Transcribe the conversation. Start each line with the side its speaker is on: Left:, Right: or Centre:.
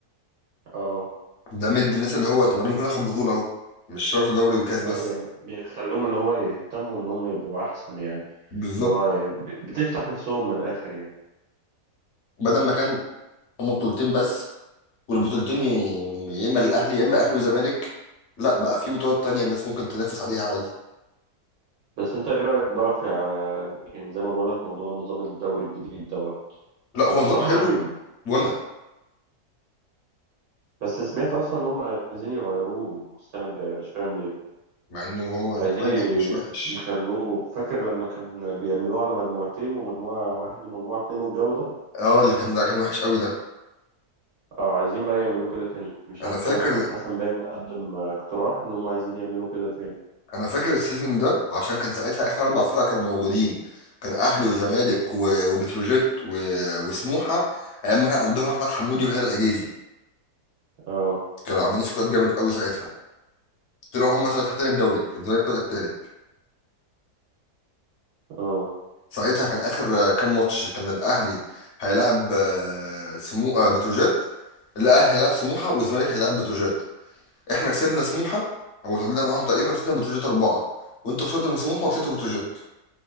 Right: اه
Left: ده مد الناس اللي هو طب انا ممكن اخد بطوله اهو مش شرط دوري وكاس بس
Right: اه يعني بيخلوهم اللي هو يهتموا ان هم يبقوا احسن يعني
Left: بالظبط
Right: اللي هو يعني ب- بتفتح نفسهم من الاخر يعني
Left: بدل ما كان هما بطولتين بس والبطولتين ي- يا اما للاهلي يا اما اهلي وزمالك لا بقى في بطولات تانية الناس ممكن تنافس عليها عادي
Right: بس انت ايه رأيك بقى في ع- يعني زي ما بقول لك موضوع نظام الدوري الجديد دوت
Left: لا هو
Right: انا بصراحة
Left: نظام حلو
Right: عاجبني
Left: وانا
Right: بس سمعت اصلا ان هم عايزين يغيروه السنة الجاية مش فاهم ليه
Left: مع انه هو
Right: عايزين
Left: كويس
Right: ي-
Left: مش وحش
Right: يخلوه فاكر لما كان بيعملوه على مجموعتين ومجموعة واحد ومجموعة اتنين والجو ده
Left: اه اللي كان لا كان وحش قوي ده
Right: أو عايزين بقى يعملوه كده تاني مش
Left: انا
Right: عارف
Left: فاكر
Right: كان أحمد حسن باين قدم آه، اقتراح إن هم عايزين يعملوا كده تاني
Left: انا فاكر السيزون ده عشان كان ساعتها اخر اربع فرق كانوا موجودين كان اهلي وزمالك و- وبتروجيت و- وسموحه ايام ما كان عندهم احمد حمودي وهنا العجيزي
Right: أه
Left: كانوا عاملين سكواد جامد قوي ساعتها طلعوا هم ساعتها تاني الدوري الزمالك طلع التالت
Right: أه
Left: ساعتها كان اخر آه، كام ماتش كان الاهلي هيلاعب آه، سمو آه، بتروجيت الاهلي هيلاعب سموحه والزمالك هيلاعب بتروجيت احنا كسبنا سموحه او تعادلنا معاهم تقريبا وكسبنا بتروجيت اربعه وانتوا خسرتوا من سموحه وكسبتوا بتروجيت